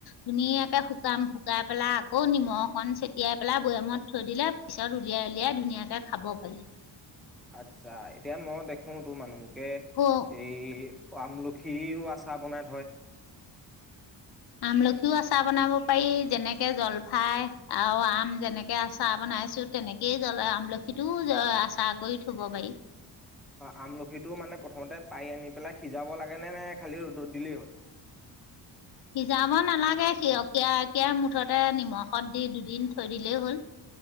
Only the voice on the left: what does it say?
ধুনীয়াকে শুকাম। শুকাই পেলাই আকৌ নিমখ অকণ চটিয়াই পেলাই বৈয়ামত থৈ দিলে পিছত উলিয়াই-উলিয়াই ধুনীয়াকে খাব পাৰি।
পাৰি।
আমলখিও আচাৰ বনাব পাৰি। যেনেকে জলফাই আৰু আম যেনেকে আচাৰ বনাইছোঁ, তেনেকেই জলএ আমলখিটোও আচাৰ কৰি থব পাৰি।
সিজাব নালাগে সিয়কীয়াকে মুঠতে নিমখত দি দুদিন থৈ দিলেই হ'ল।